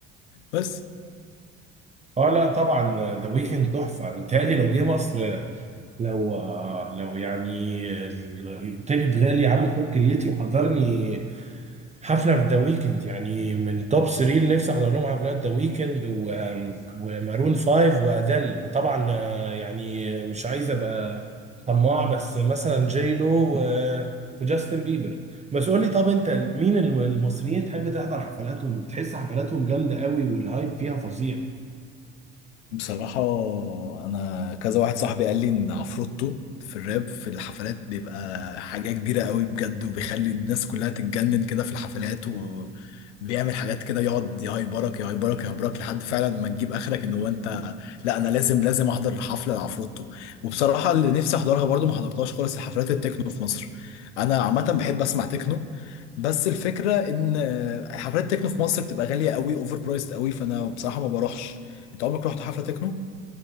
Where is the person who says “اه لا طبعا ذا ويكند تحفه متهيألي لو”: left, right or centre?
Right